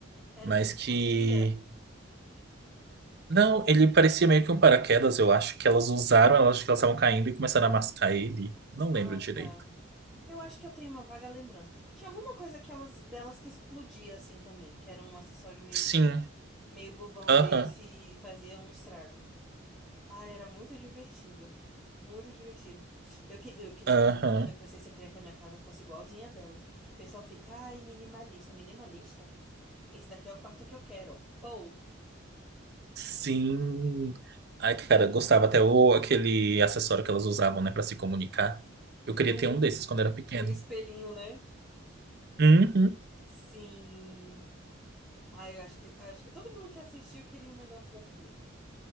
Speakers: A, in the centre; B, on the right.
A: Era
B: Mas
A: o que explodia?
B: que. Não, ele parecia meio que um paraquedas, eu acho que elas usaram, elas acho que elas estavam caindo e começaram a mascar ele. Não lembro
A: Ah,
B: direito.
A: tá. Eu acho que eu tenho uma vaga lembrança. Tinha alguma coisa que elas- delas que explodia assim também, que era um acessório meio,
B: Sim,
A: meio bobão
B: aham,
A: desse e fazia um estrago. Ah, era muito divertido. Muito divertido. Eu, que- eu queria,
B: aham,
A: quando, eu- quando eu crescesse, eu queria que a minha casa fosse igualzinha a delas. O pessoal fica, ai, minimalista, minimalista. Esse daqui é o quarto que eu quero. Pô,
B: sim. Ai, cara, gostava até o, aquele acessório que elas usavam, né, pra se comunicar. Eu queria
A: o,
B: ter um desses quando era pequeno.
A: o espelhinho, né?
B: Uhum.
A: Sim. Ah, eu acho que, acho que todo mundo que assistiu queria um negócio daquele.